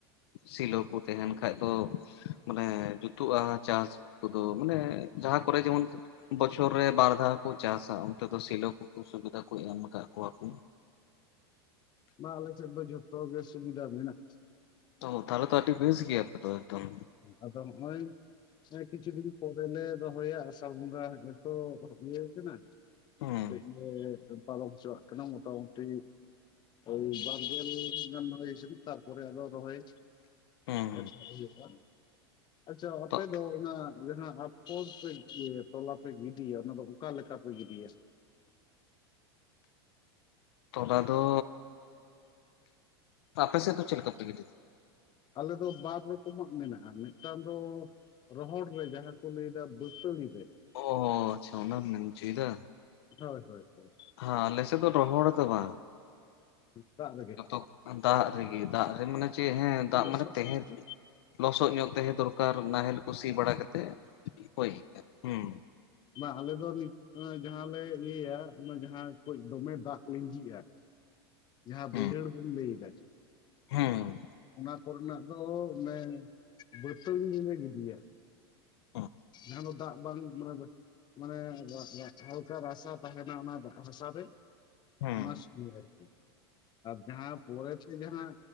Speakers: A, on the left; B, on the left.
A: ᱥᱤᱞᱚ ᱠᱚ ᱛᱟᱦᱮᱱ ᱠᱷᱟᱡ ᱫᱚ ᱢᱟᱱᱮ ᱡᱩᱛᱩᱜ-ᱟ ᱪᱟᱥ ᱠᱚᱫᱚ ᱢᱟᱱᱮ ᱡᱟᱦᱟᱸ ᱠᱚᱨᱮ ᱡᱮᱢᱚᱱ ᱵᱚᱪᱷ ᱪᱚ ᱨᱮ ᱵᱟᱨ ᱫᱷᱟᱣ ᱠᱚ ᱪᱟᱥᱟ ᱚᱱᱛᱮ ᱫᱚ ᱥᱮᱞᱳ ᱠᱚᱠᱚ ᱥᱩᱵᱤᱫᱟ ᱠᱚ ᱮᱢ ᱠᱟᱫ ᱠᱚᱣᱟ᱾ ᱠᱚ
B: ᱵᱟᱝ ᱟᱞᱮ ᱥᱮᱫ ᱫᱚ ᱡᱷᱚᱛᱚ ᱜᱮ ᱥᱩᱵᱤᱫᱷᱟ ᱢᱮᱱᱟᱜ
A: ᱛᱚ ᱛᱟᱦᱚᱞᱮ ᱛᱚ ᱟᱹᱰᱤ ᱵᱮᱥ ᱜᱮᱭᱟ ᱛᱚ ᱮᱫᱚᱢ᱾
B: ᱟᱫᱚ ᱱᱚᱸᱜ-ᱚᱭ ᱦᱮᱸ ᱠᱤᱪᱷᱩ ᱫᱤᱱ ᱯᱚᱨᱮᱞ ᱞᱮ ᱨᱚᱦᱚᱭᱟ ᱟᱥᱟᱲ ᱵᱚᱸᱜᱟ ᱦᱮᱜ ᱮ ᱛᱚ ᱤᱭᱟᱹᱣ ᱠᱟᱱᱟ,
A: ᱦᱮᱸ
B: ᱠᱟᱹᱡ ᱞᱮ ᱯᱟᱨᱚᱢ ᱦᱚᱪᱚᱣᱟᱜ ᱠᱟᱱᱟ ᱢᱳᱚᱴᱟᱢᱩᱴᱤ ᱳᱭ ᱵᱟᱨᱜᱮᱞ ᱜᱟᱱ ᱦᱳᱭ ᱦᱚᱪᱚᱱ ᱛᱟᱯᱚᱨᱮ ᱟᱫᱚ ᱨᱚᱦᱚᱭ
A: ᱦᱮᱸ
B: <unintelligible> ᱟᱪᱷᱟ ᱟᱯᱮ
A: ᱛᱚ
B: ᱫᱚ ᱚᱱᱟ ᱡᱟᱦᱟᱸ ᱟᱯᱷᱚᱨ ᱯᱮ ᱛᱚᱞᱟ ᱯᱮ ᱜᱤᱰᱤᱭᱟ ᱚᱱᱟ ᱫᱚ ᱚᱠᱟ ᱞᱮᱠᱟ ᱯᱮ ᱜᱤᱰᱤᱭᱟ?
A: ᱛᱚᱞᱟ ᱫᱚ ᱟᱯᱮ ᱥᱮᱫ ᱫᱚ ᱪᱮᱫ ᱞᱮᱠᱟᱯᱮ ᱜᱤᱰᱤ?
B: ᱟᱞᱮ ᱫᱚ ᱵᱟᱨ ᱨᱚᱠᱚᱢᱟᱜ ᱢᱮᱱᱟᱜ-ᱟ, ᱢᱮᱫᱴᱟᱱ ᱫᱚ ᱨᱚᱦᱚᱲ ᱨᱮ ᱡᱟᱦᱟᱸ ᱠᱚ ᱞᱟᱹᱭ ᱫᱟ ᱵᱟᱹᱛᱟᱹᱲᱤ ᱨᱮ
A: ᱚᱻ ᱟᱪᱪᱷᱟ ᱚᱱᱟᱢ ᱢᱮᱱ ᱦᱚᱪᱚᱭ ᱫᱟ᱾
B: ᱦᱳᱭ ᱦᱳᱭ ᱦᱳᱭ᱾
A: ᱦᱟᱸ ᱟᱞᱮᱥᱮ ᱫᱚ ᱨᱚᱦᱚᱲ ᱫᱚ ᱵᱟ,
B: ᱫᱟᱜ ᱨᱮᱜᱮ
A: ᱡᱚᱛᱚ ᱫᱟᱜ ᱨᱮᱜᱮ ᱫᱟᱜ ᱨᱮ ᱢᱟᱱᱮ ᱪᱮᱜ ᱦᱮᱸ ᱫᱟᱜ
B: ᱞᱚᱥᱚᱫ
A: ᱢᱟᱱᱮ ᱛᱮᱦᱮ
B: ᱟᱨᱠᱤ
A: ᱞᱚᱥᱚᱫ ᱧᱚᱜ ᱛᱟᱦᱮᱸ ᱫᱚᱨᱠᱟᱨ ᱱᱟᱦᱮᱞ ᱠᱩ ᱥᱤ ᱵᱟᱲᱟ ᱠᱟᱛᱮᱜ ᱦᱳᱭ ᱦᱩᱸ᱾
B: ᱢᱟ ᱟᱞᱮ ᱫᱚ ᱱᱤᱛ ᱡᱟᱦᱟᱸ ᱞᱮ ᱤᱭᱟᱹᱭᱟ ᱚᱱᱟ ᱡᱟᱦᱟᱸ ᱠᱟᱹᱡ ᱫᱚᱢᱮ ᱫᱟᱜ ᱞᱤᱸᱡᱤᱜ-ᱟ ᱡᱟᱦᱟᱸ
A: ᱦᱩᱸ
B: ᱵᱟᱹᱭᱦᱟᱹᱲ ᱵᱚᱱ ᱞᱟᱹᱭ ᱫᱟ
A: ᱦᱩᱸ
B: ᱚᱱᱟ ᱠᱚᱨᱮᱱᱟᱜ ᱫᱚ ᱚᱱᱮ ᱵᱟᱹᱛᱟᱹᱲᱤ ᱨᱮᱜᱮ <unintelligible> ᱠᱚ ᱜᱤᱫᱤᱭᱟ᱾
A: <inaudible>
B: ᱱᱟ ᱫᱚ ᱫᱟᱜ ᱵᱟᱝ ᱢᱟᱱᱮ ᱢᱟᱱᱮ ᱨᱟᱜ ᱨᱟᱜ ᱦᱟᱞᱠᱟ ᱨᱟᱥᱟ ᱛᱟᱦᱮᱱᱟ ᱚᱱᱟ ᱵᱷᱟᱥᱟ ᱨᱮ᱾ <unintelligible>
A: ᱦᱩᱸ
B: ᱟᱨᱠᱤ ᱟᱨ ᱡᱟᱦᱟᱸ ᱯᱚᱨᱮᱛᱮ ᱡᱟᱦᱟᱸ